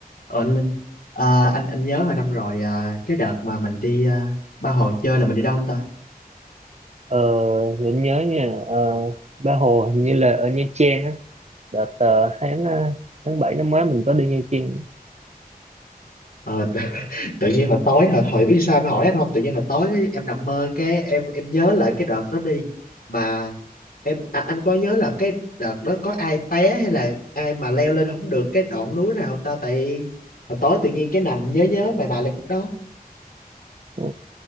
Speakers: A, on the left (about 65°); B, on the right (about 45°).
A: Ờ anh Linh à, anh anh nhớ hồi năm rồi à, cái đợt mà mình đi à, ba hồi chơi là mình đi đâu không ta?
B: Ờ, để anh nhớ nha ờ, Ba Hồ hình như là ở Nha Trang á đợt ờ, tháng ờ, tháng 7 năm ngoái mình có đi Nha Trang
A: Ờ, tự, <laughs> tự nhiên hồi tối hồi hồi biết sao em hỏi anh không? Tự nhiên hồi tối cái, em nằm mơ cái em em nhớ lại cái đợt đó đi mà em à, anh có nhớ là cái đợt đó có ai té hay là ai mà leo lên không được cái đoạn núi này không ta? Tại hồi tối tự nhiên cái nằm nhớ nhớ mày mày lại khúc đó
B: Ừ,